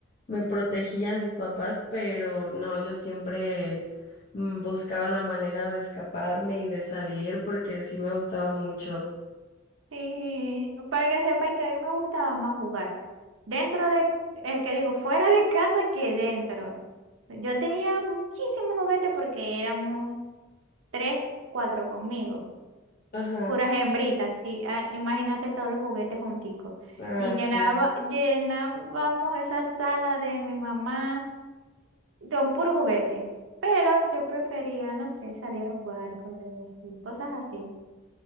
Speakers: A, on the left; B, on the right.
A: Me protegían mis papás, pero no, yo siempre mm, buscaba la manera de escaparme y de salir porque sí me gustaba mucho.
B: Sí, para que sepáis que a mí me gustaba más jugar dentro de, eh, que digo, fuera de casa que dentro. Yo tenía muchísimos juguetes porque éramos tres, cuatro conmigo.
A: Ajá,
B: Puras hembritas, sí. Ah, imagínate todos los juguetes junticos.
A: ah,
B: Y llenaba,
A: sí.
B: llenábamos esa sala de mi mamá con puros juguetes. Pero yo prefería, no sé, salir a jugar, correr así, cosas así.